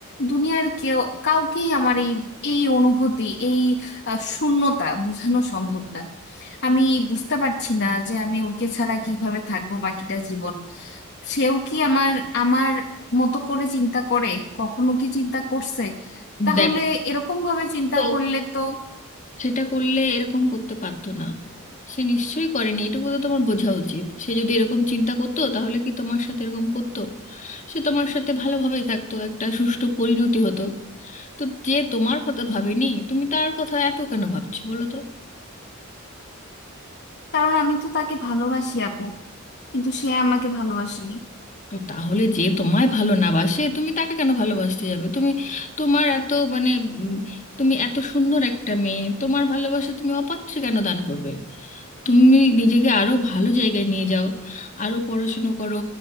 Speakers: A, on the left; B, on the left.
A: দুনিয়ার কেউ কাউকেই আমার এই এই অনুভূতি এই আহ, শূন্যতা বোঝানো সম্ভব না আমি বুঝতে পারছি না যে আমি ওকে ছাড়া কিভাবে থাকবো বাকিটা জীবন সেও কি আমার আমার মতো করে চিন্তা করে কখনো কি চিন্তা করছে তাহলে
B: দেখো
A: এরকম ভাবে চিন্তা
B: তো
A: করলে তো
B: সেটা করলে এরকম করতে পারতো না সে নিশ্চয়ই করেনি এটুকু তো তোমার বোঝা উচিত সে যদি এরকম চিন্তা করতো তাহলে কি তোমার সাথে এরকম করতো সে তোমার সাথে ভালোভাবেই থাকতো একটা সুষ্ঠু পরিণতি হতো তো যে তোমার কথা ভাবেনি তুমি তার কথা এত কেন ভাবছো বলো তো
A: কারণ আমি তো তাকে ভালোবাসি আপু কিন্তু সে আমাকে ভালোবাসেনি
B: তো তাহলে যে তোমায় ভালো না বাসে তুমি তাকে কেন ভালোবাসতে যাবে তুমি তোমার এত মানে উম, তুমি এত সুন্দর একটা মেয়ে তোমার ভালোবাসা তুমি অপাত্রে কেন দান করবে তুমি নিজেকে আরো ভালো জায়গায় নিয়ে যাও আরো পড়াশুনো করো